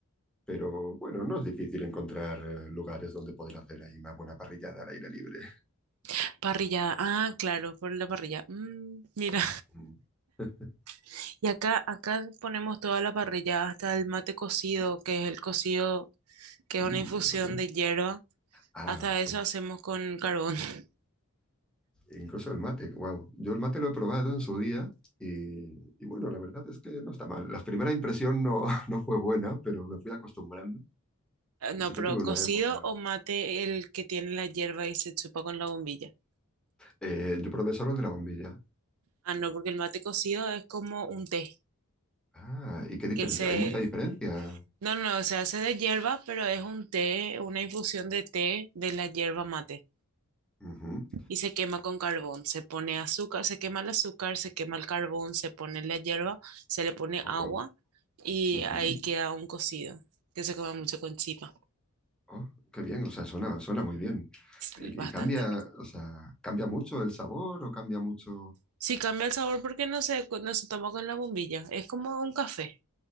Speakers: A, in the centre; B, on the right.
A: pero bueno, no es difícil encontrar eh, lugares donde poder hacer ahí una buena parrillada al aire libre.
B: <laughs> parrillada. Ah, claro, por la parrilla. Mm, mira,
A: Mm. <laughs>
B: <laughs> y acá, acá ponemos toda la parrilla, hasta el mate cocido, que es el cocido, que
A: Mm,
B: es una infusión
A: ¿eso qué es?
B: de hierba.
A: Ah,
B: Hasta
A: sí.
B: eso hacemos con carbón. <laughs>
A: Incluso el mate, wow. Yo el mate lo he probado en su día y, y bueno, la verdad es que no está mal. La primera impresión no, <laughs> no fue buena, pero me fui acostumbrando y
B: No,
A: sí
B: pero
A: que tuve
B: cocido
A: una época.
B: o mate el que tiene la hierba y se chupa con la bombilla.
A: Eh, yo probé solo el de la bombilla.
B: Ah, no, porque el mate cocido es como un té,
A: Ah, ¿y qué diferencia?
B: que se...
A: Hay mucha diferencia.
B: No, no, no, se hace de hierba, pero es un té, una infusión de té de la hierba mate.
A: Ujú.
B: Y se quema con carbón. Se pone azúcar, se quema el azúcar, se quema el carbón, se pone la hierba, se le pone
A: Oh,
B: agua
A: wow.
B: y
A: Ujú.
B: ahí queda un cocido, que se come mucho con chipa.
A: Oh, qué bien, o sea, suena, suena muy bien.
B: Es
A: Y,
B: bastante
A: y cambia,
B: rico.
A: o sea, ¿cambia mucho el sabor o cambia mucho?
B: Sí, cambia el sabor porque no se, co- no se toma con la bombilla. Es como un café.